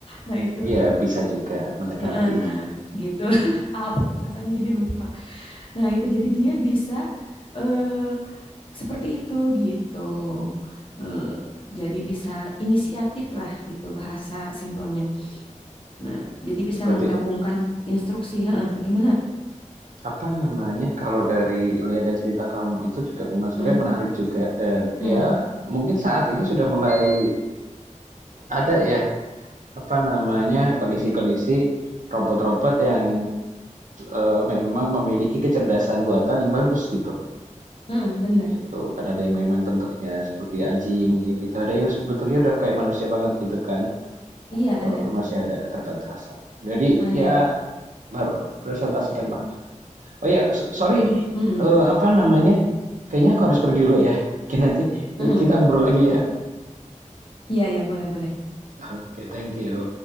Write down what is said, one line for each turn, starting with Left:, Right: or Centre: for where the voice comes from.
Left: Nah, itu.
Right: Iya bisa juga mendekati.
Left: Heeh, Nah, gitu. <laughs> Apa sih bahasanya jadi lupa. Nah, itu jadi dia bisa eh Seperti itu gitu. Eh, jadi bisa inisiatif lah gitu bahasa simpelnya. Nah, jadi bisa
Right: Berarti,
Left: menggabungkan instruksi. Heeh, gimana?
Right: apa namanya, kalau dari lihat dari cerita kamu itu juga memang
Left: Hmm,
Right: sebenarnya menarik juga dan
Left: hmm,
Right: ya
Left: hmm,
Right: mungkin saat ini sudah mulai ada ya apa namanya, kondisi-kondisi robot-robot yang eh, memang memiliki kecerdasan buatan yang bagus gitu.
Left: hmm, bener.
Right: Gitu. Kan ada yang memang bentuknya seperti anjing gitu. Ada yang bentuknya udah kayak manusia banget gitu kan.
Left: Iya
Right: Ya,
Left: ada,
Right: Walaupun masih ada keterbatasan. Jadi
Left: ada.
Right: ya baru presentasikan banget. Oh ya, sorry ini.
Left: Hmm, hmm,
Right: Eh, apa namanya? Kayaknya aku harus pergi dulu ya. Mungkin nanti
Left: hmm.
Right: kita ngobrol lagi ya.
Left: iya iya boleh boleh.
Right: Oke, okay, thank you.